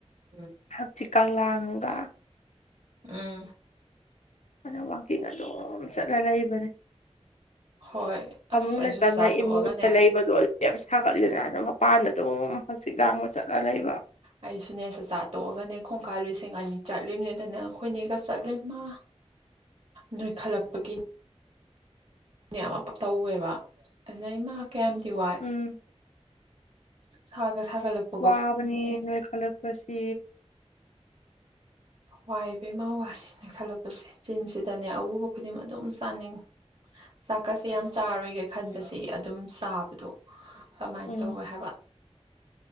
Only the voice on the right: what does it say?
ꯎꯝ
ꯎꯝ
ꯍꯣꯏ
ꯑꯁ ꯑꯩꯁꯨ
ꯆꯥꯛꯆꯥ ꯇꯣꯛꯑꯒꯅꯦ
ꯑꯩꯁꯨꯅꯦ ꯆꯛꯆꯥ ꯇꯣꯛꯑꯒꯅꯦ ꯈꯣꯡꯀꯥ ꯂꯤꯁꯤꯡ ꯑꯅꯤ ꯆꯠꯂꯤꯕꯅꯦꯗꯅꯦ ꯑꯩꯈꯣꯏꯅꯦꯒ ꯆꯠꯂꯤ ꯃꯥ
ꯅꯣꯏꯈꯠꯂꯛꯄꯒꯤ ꯅꯦ ꯑꯃ ꯇꯧꯋꯦꯕ ꯑꯗꯨꯅ ꯏꯃꯥ ꯀꯌꯥꯝꯗꯤ ꯋꯥꯏ
ꯁꯥꯒ ꯁꯥꯒꯠꯂꯛꯄ
ꯋꯥꯏ ꯏꯕꯦꯝꯃ ꯋꯥꯏ ꯅꯣꯏꯈꯠꯂꯛꯄꯁꯤ ꯆꯤꯟꯁꯤꯗꯅꯦ ꯑꯎꯕ ꯈꯨꯗꯤꯡ ꯑꯗꯨꯝ ꯆꯥꯅꯤꯡꯉꯤ ꯆꯥꯛꯀꯠꯁꯤ ꯌꯥꯝ ꯆꯥꯔꯣꯏꯒꯦ ꯈꯟꯕꯁꯤ ꯑꯗꯨꯝ ꯆꯥꯕꯗꯣ ꯀꯃꯥꯏꯅ
ꯇꯧꯋꯦ ꯍꯥꯏꯕ